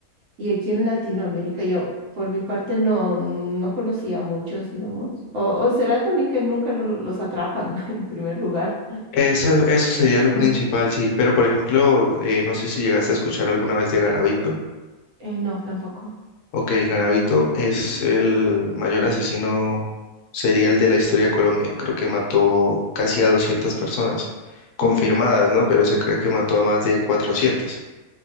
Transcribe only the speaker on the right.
y aquí en Latinoamérica. Yo, por mi parte, no, no conocía muchos, digamos. O, o será también que nunca no los atrapan <laughs> en primer lugar.
Ujú.
Eh, no, tampoco.
Ujú.